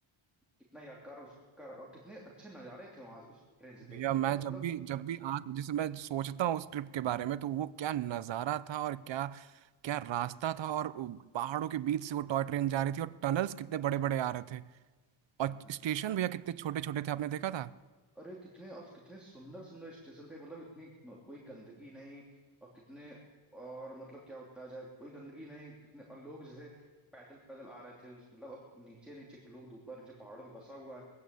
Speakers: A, in the centre; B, on the right.
A: कितना यादगार उसका और कितने अच्छे नज़ारे थे वहां उस ट्रेन से
B: भैया
A: देखने
B: मैं
A: में मतलब
B: जब भी जब भी आँख जैसे मैं सोचता हूँ उस ट्रिप के बारे में तो वो क्या नज़ारा था और क्या क्या रास्ता था और पहाड़ों के बीच से वो टॉय ट्रेन जा रही थी और टनल्स कितने बड़े बड़े आ रहे थे और
A: हम्म
B: स्टेशन भैया कितने छोटे छोटे थे आपने देखा था
A: अरे कितने और कितने सुंदर सुंदर स्टेशन थे मतलब इतनी न- कोई गंदगी नहीं और कितने और मतलब क्या बताया जाए कोई गंदगी नहीं कितने और लोग जैसे पैदल पैदल आ रहे थे उस मतलब अब नीचे नीचे लोग ऊपर नीचे पहाड़ों पे बसा हुआ है